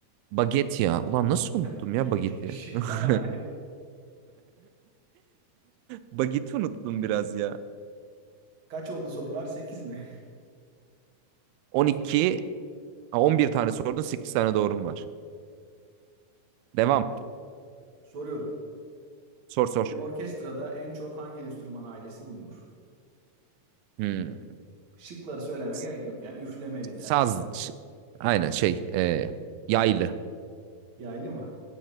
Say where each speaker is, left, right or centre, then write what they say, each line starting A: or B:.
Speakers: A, on the right; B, on the right.
A: baget ya. Ulan nasıl unuttum
B: Yani,
A: ya bageti?
B: <laughs> şıklar
A: <laughs>
B: abi.
A: Bageti unuttum biraz ya.
B: Kaç oldu sorular? 8 mi?
A: 12, ha, 11 tane sordun, 8 tane doğrum var. Devam.
B: Soruyorum.
A: Sor sor.
B: Bir orkestrada en çok hangi enstrüman ailesi bulunur?
A: Hmm.
B: Şıkları söylemeye
A: S-
B: gerek yok yani. Üflemeli dersin.
A: Saz. ş- Aynen şey. e, yaylı.
B: Yaylı mı?